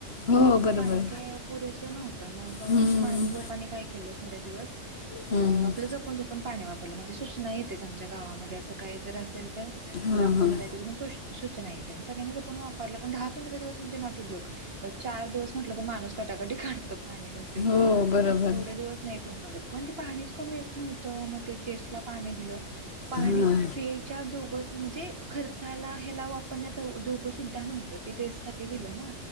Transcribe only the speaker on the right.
मग एवढं
पाणी काय पुरेसं नव्हतं मग
मा लोकांनी काय केलं थोड्या दिवस आपलं
जपून जपून पण पाणी वापरलं म्हणजे सूचना येतेच आमच्या गावामध्ये असं काही जर असेल तर.
ग्रामपंचायतीकडून
सूचना येते मग सगळ्यांनी जपुण वापरलं पण दहा पंधरा दिवस म्हणजे नॉट अं जोक. अं चार दिवस म्हटलं तर माणूस कटाकटी काढतो पाणी नसेल
तर
एवढे दिवस नाही कोण काढत पण ते पाणीच कमी येत नव्हतं मग ते टेस्टला पाणी दिलं पाणी
पेच्या जोगं म्हणजे खर्चाला ह्याला वापरण्याचा जोगं सुद्धा नव्हतं तेे. ते दिलं ना